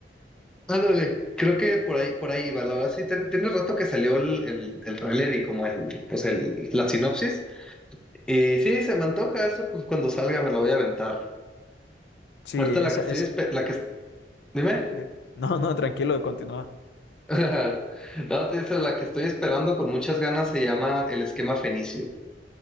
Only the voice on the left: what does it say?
Sí,
esa,
ese,
de- <laughs> no, no, tranquilo, continúa.